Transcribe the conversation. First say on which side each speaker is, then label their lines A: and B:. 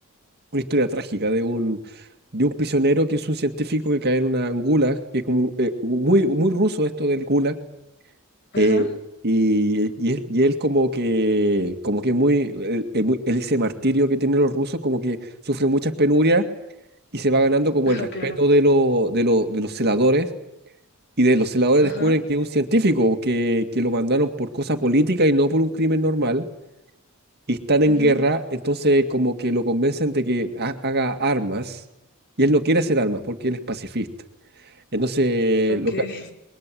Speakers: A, on the right; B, on the left.
A: una historia trágica de un, de un prisionero que es un científico que cae en una en gulag, que es como eh, muy, muy ruso esto del gulag,
B: ajá,
A: eh, y, y, él y él como que, como que muy, el- el muy- ese martirio que tienen los rusos, como que sufre muchas penurias. Y se va ganando como
B: ajá,
A: el respeto
B: claro.
A: de, lo- de, lo- de los celadores Y de los celadores
B: Ajá,
A: descubren que es un científico, que, que lo mandaron por cosa política y no por un crimen normal, y están en
B: ujú,
A: guerra, entonces como que lo convencen de que ha- haga armas, y él no quiere hacer armas porque él es pacifista. Entonces,
B: ok,
A: lo ca-